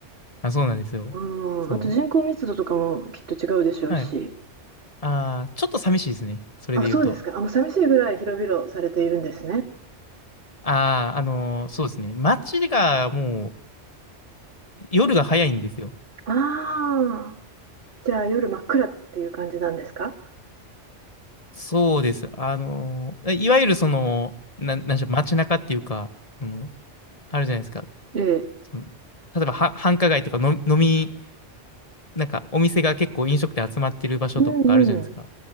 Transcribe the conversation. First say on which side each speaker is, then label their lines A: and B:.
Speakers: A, on the left (about 30°); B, on the right (about 55°).
A: あ、そうなんですよ。
B: うん、
A: そ
B: あと人口密度とかもきっと違うでしょうし。
A: う。はい。ああ、ちょっと寂しいですね。それで言うと。
B: あ、そうですか。あ、もう寂しいぐらい広々されているんですね。
A: ああ、あのーそうですね。街がもう、夜が早いんですよ。
B: ああ、じゃあ夜真っ暗っていう感じなんですか？
A: そうです。あの、いわゆるその、な、なんでしょう、街中っていうか、その、あるじゃないですか。
B: ええ。
A: その、例えばは、繁華街とかの、飲み、なんかお店が結構飲食店集まってる場所とかあるじゃないですか。
B: うんうん。